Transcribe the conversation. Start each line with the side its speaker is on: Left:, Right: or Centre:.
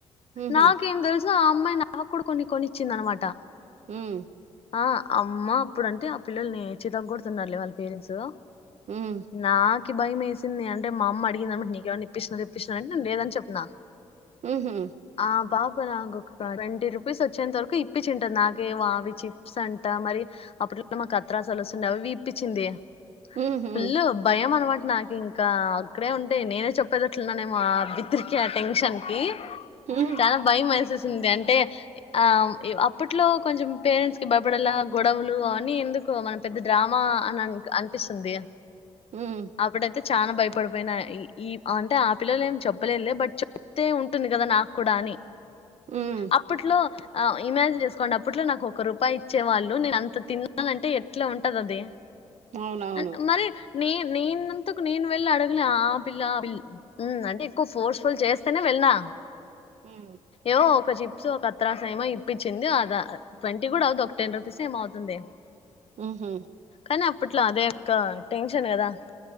Right: హుహు.
Left: నాకేం తెలుసు ఆ అమ్మాయ్ నా నాకుడా కొన్ని కొనిచ్చింది అనమాట
Right: హుమ్
Left: ఆ అమ్మా అప్పుడు అంటే ఆ పిల్లల్ నీ చితగొడుతున్నారు లే వాళ్ళ పేరెంట్స్
Right: హ్మ్.
Left: నా కి భయం ఏసింది అంటే మా అమ్మ అడిగిందనమాట నీకేమన్నా ఇప్పిచినారా ఇప్పినారంటే నేను లేదని చెప్పిన
Right: హుహు.
Left: ఆ పాప్ నాకు ఒక ట్వంటీ రూపీస్ వచ్చేంత వరకు ఇప్పిచ్చింటది నాకే అవి చిప్స్ అంట మరి అప్పుడు మాక్ అత్రసలు వ అవవి ఇప్పించింది
Right: హుహు.
Left: పుల్ భయం అనమాట నాకు ఇంకా అక్కడే ఉంటే నేనే చెప్పేటట్లున్నానేమో ఆ బిత్రికి ఆ టెన్షన్ కి
Right: హ్మ్.
Left: చానా భయ మెసేస్ సింది అంటే ఆ అప్పట్లో కొంచెం పేరెంట్స్ కి భయపడలా గొడవలు అఅవన్నీ ఎందుకో మన పెద్ద డ్రామా అని అ అనిపిస్తుంది
Right: హ్మ్.
Left: అప్పుడైతే చాలా భయపడిపోయినా ఈ అంటే ఆ పిల్లలు ఏం చెప్పలేదులే బట్ చెప్తే ఉంటుంది కదా నాకూడా అని
Right: హ్మ్.
Left: అప్పట్లో ఆ ఇమాజిన్ చేసుకోండి అప్పట్లో నాకు ఒక రూపాయి ఇచ్చేవాళ్ళు నేను అంత తిన్నానంటే ఎట్లా ఉంటదది
Right: అవునవును.
Left: అన్ మరి నే నేనంతకు నేను వెళ్ళి అడగలే ఆ పిల్ పిల్ల అంటే ఎక్కువ ఫోర్స్ ఫుల్ చేస్తేనే వెళ్నా
Right: హ్మ్.
Left: ఏవో ఒక చిప్స్ ఒక అత్రాస ఏమో ఇప్పించింది అద ట్వంటీ కూడా అవద్ ఒక టెన్ రూపీస్ ఏమో అవుతుంది
Right: హుమ్ హు
Left: కాని అప్పట్లో అదే ఒక్క టెన్షన్ కదా